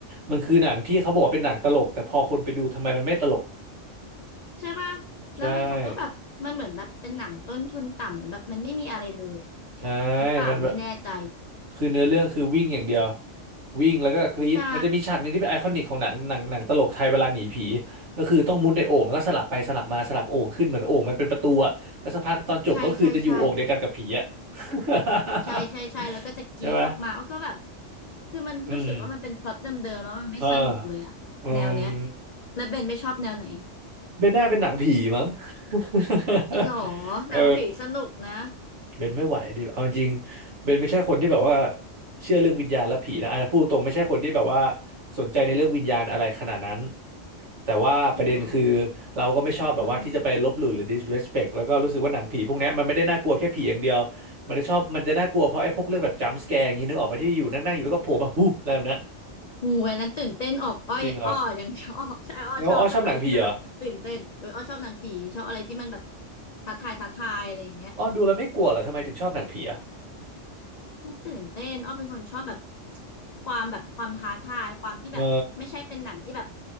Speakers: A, on the right; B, on the left.
A: มันคือหนังที่เขาบอกว่าเป็นหนังตลกแต่พอคนไปดูทำไมมันไม่ตลก
B: ใช่ป่ะแล้วมันเขาก็แบบมันเหมือนแบบเป็นหนังต้นทุนต่ำเหมือนแบบมันไม่มีอะไรเลยอ่ะ
A: ใช่ใช่
B: หรือเปล่าไม่แน่ใจ
A: มันแบบคือเนื้อเรื่องคือวิ่งอย่างเดียววิ่งแล้วก็กรี๊ดมันจะมีฉากหนึ่งที่เป็นไอคอนิกของหนังหนังหนังตลกไทยเวลาหนีผี
B: ใช่
A: ก็คือต้องมุดในโอ่งแล้วก็สลับไปสลับมาสลับโอ่งขึ้นเหมือนโอ่งมันเป็นประตูอะแล้วสักพักตอนจบก็คือจะอยู่โอ่งเดียวกันกับผีอะ
B: ใช่ใช่ใช่
A: <laughs>
B: ใช่ใช่ใช่แล้วก็จะกรีดออกมาเลาก็แบบ
A: ใช่ไหม
B: คือมันรู้สึกว่ามันเป็นพล็อตเดิมๆแล้วมันไม่สนุกเลยอ่ะแนวเนี้ย
A: อืมเอออืม
B: แล้วเบนไม่ชอบแนวไหน
A: เบนน่าเป็นหนังผีมั้ง <laughs>
B: หรอหนังผีสนุกนะ
A: เออเบนไม่ไหวดิเอาจริงๆเบนไม่ใช่คนที่แบบว่าเชื่อเรื่องวิญญาณและผีนะอันนั้นพูดตรงๆไม่ใช่คนที่แบบว่าสนใจในเรื่องวิญญาณอะไรขนาดนั้นแต่ว่าประเด็นคือ
B: จริงเหรอ
A: เราก็ไม่ชอบแบบว่าที่จะไปลบหลู่หรือ
B: อือฮะ
A: disrespect แล้วก็รู้สึกว่าหนังผีพวกเนี้ยมันไม่ได้น่ากลัวแค่ผีอย่างเดียวมันจะชอบมันจะน่ากลัวเพราะไอ้พวกเรื่องแบบ jump scare อย่างนี้นึกออกไปที่อยู่นั่งๆอยู่แล้วก็โผล่แบบหูอะไรแบบนั้น
B: งูอันนั้นตื่นเต้นออกอ้อยอ้ออย่างชอบ
A: จริงเหรอ
B: <laughs> ใช่อ้อชอบชอบอะไรที่มันแบบตื่นเต้นเอออ้อชอบหนังผีชอบอะไรที่มันแบบ
A: แล้วอ้อชอบหนังผีเหรอ
B: ท้าทายท้าทายอะไรอย่างเงี้ย
A: อ้อดูแล้วไม่กลัวเหรอทำไมถึงชอบหนังผีอะ
B: มันตื่นเต้นอ้อเป็นคนชอบแบบความแบบความท้าทายความที่แบบไม่ใช่เป็นหนังที่แบบ
A: เออ